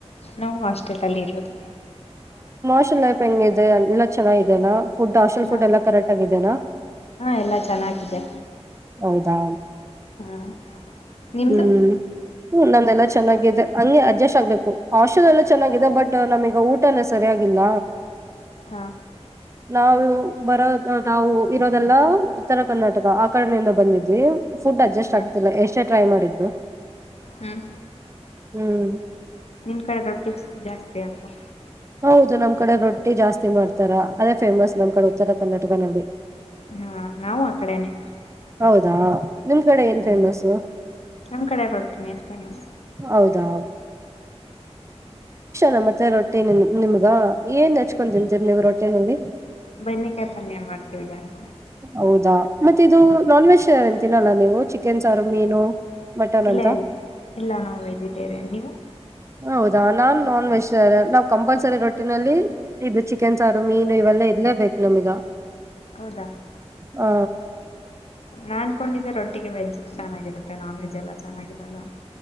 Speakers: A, on the left; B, on the right.
A: ನಾವು ಹಾಸ್ಟೆಲ್ ಅಲ್ಲಿ ಇರೋದು
B: ಮನ್ ಲೈಫ್ ಹೆಂಗ ಇದೆ ಎಲ್ಲ ಚೆನ್ನ ಇದೆಲ್ಲ ಫುಡ್ ಹಾಸ್ಟೆಲ್
A: ಹಾ
B: ಫುಡ್ ಎಲ್ಲ ಕರೆಕ್ಟ್ ಆಗಿದೆನಾ
A: ಹಾ ಎಲ್ಲಾ ಚೆನ್ನಾಗಿದೆ
B: ಹೌದಾ
A: ಹಾ ನಿಮ್ದು
B: ಹ್ಮ್ ಹ ನಂದೆಲ್ಲ ಚೆನ್ನಾಗಿದೆ ಹಂಗೆ ಅಡ್ಜಸ್ಟ್ ಆಗ್ಬೇಕು ಹಾಸ್ಟೆಲ್ ಎಲ್ಲ ಚೆನ್ನಾಗಿದೆ ಬಟ್ ನಮೀಗ ಊಟನ ಸರಿಯಾಗಿಲ್ಲ
A: ಹಾ
B: ನಾವು ಬರೋ ನಾವು ಇರೋದೆಲ್ಲ ಉತ್ತರ ಕರ್ನಾಟಕ ಆ ಕಡನಿಂದ ಬಂದಿದ್ವಿ ಫುಡ್ ಅಡ್ಜಸ್ಟ್
A: ಹ್ಮ್
B: ಆಗ್ತಿಲ್ಲ ಎಷ್ಟೇ ಟ್ರೈ ಮಾಡಿದ್ದು
A: ಹ್ಮ್
B: ಹ್ಮ್
A: ನಿಮ ಕಡೆ ರೊಟಿಪ್ಸ್ ಜಾಸ್ತಿ ಅಲ್ವಾ
B: ಹೌದು ನಮ್ ಕಡೆ ರೊಟ್ಟಿ ಜಾಸ್ತಿ ಮಾಡ್ತಾರ ಅದೇ ಫೇಮಸ್ ನಮ್ ಕಡೆ ಉತ್ತರ ಕರ್ನಾಟಕ ನಲ್ಲಿ
A: ಹಾ ನಾವು ಆ ಕಡೆನೆ
B: ಹೌದಾ ನಿಮ್ ಕಡೆ ಏನ್
A: ಹ್ಮ
B: ಫೇಮಸ್
A: ನಮ್ ಕಡೆ ರೊಟ್ಟಿನಿ ಫೇಮಸ್
B: ಹೌದಾ ನ ಮತ್ತೆ ರೊಟ್ಟಿ ನಿಮ್ಗ ಏನ್ ನಚ್ಕೊತಂತೀರಿ ನೀವು ರೊಟ್ಟಿನಲ್ಲಿ
A: ಬದನೆಕಾಯಿ ಪಲ್ಯ ಮಾಡ್ತೀವಿ ಜಾಸ್ತಿ
B: ಹೌದಾ ಮತ್ತೆ ಇದು ನಾನ್ ವೆಜ್ ತಿನ್ನಲ್ಲ ನೀವು ಚಿಕನ್ ಸಾರು ಮೀನು ಮಟನ್
A: ಇಲ್ಲ
B: ಅಂತ
A: ಇಲ್ಲ ಇಲ್ಲ ನಾವು ವೆಜಿಟೇರಿಯನ್ ನೀವು
B: ಹೌದಾ ನನ್ ನಾನ್ವೆಜ್ ನಾವ್ ಕಂಪಲ್ಸರಿ ರೊಟ್ಟಿನಲ್ಲಿ ಇದು ಚಿಕನ್ ಸಾರು ಮೀನು ಇವೆಲ್ಲಾ ಇರಲೇ ಬೇಕು ನಮೀಗ
A: ಹೌದಾ
B: ಹ
A: ನಾನ್ಕೊಂಡಿದದ್ದೆ ರೋ ಟ್ಟಿಗೆ ವೆಜ್ ಚೆನ್ನಾಗಿರುತ್ತೆ ನಾನ್ ವೆಜ್ ಎಲ್ಲ ಚೆನ್ನಾಗಿರಲ್ಲ